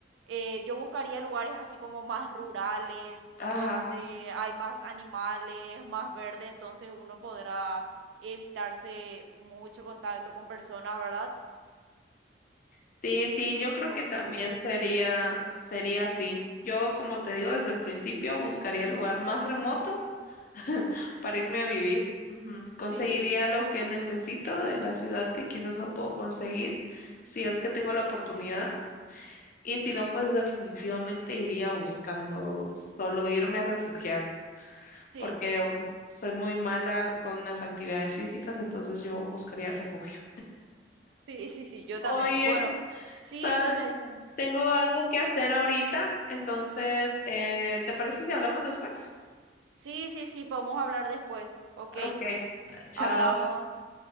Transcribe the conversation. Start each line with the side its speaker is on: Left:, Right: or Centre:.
Right: eh, yo buscaría lugares así como más rurales,
Left: ajá.
Right: donde hay más animales, más verde, entonces uno podrá evitarse mucho contacto con personas, ¿verdad?
Left: Sí, sí, yo creo
Right: ¿O
Left: que también
Right: qué crees?
Left: sería, sería así. Yo, como te digo, desde el principio buscaría el lugar más remoto <laughs> para irme
Right: Sí,
Left: a vivir. Ujú. Conseguiría
Right: sí,
Left: lo que necesito de la ciudad que quizás no puedo conseguir si es que tengo la oportunidad. Y si no, pues definitivamente iría buscando solo irme a refugiar,
Right: Sí,
Left: porque
Right: sí, sí.
Left: um, soy muy mala con las actividades físicas, entonces yo buscaría refugio.
Right: Sí, sí, sí, yo
Left: Oye,
Right: también. Bueno, sí,
Left: ¿sabes?
Right: dime, dime. dime.
Left: Tengo algo que hacer ahorita, entonces, eh, ¿te parece si hablamos después?
Right: Sí, sí, sí, podemos hablar después. Ok,
Left: Ok, chao.
Right: hablamos.